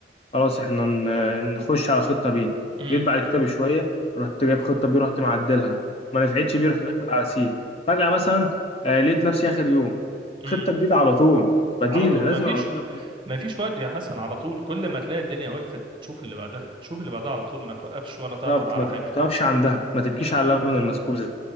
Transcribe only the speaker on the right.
امم
امم
على طول
ما فيش
ما فيش وقت يا حسن على طول كل ما تلاقي الدنيا وقفت شوف اللي بعدها شوف اللي بعدها على طول ما توقفش ولا
تعطل على
حاجه
امم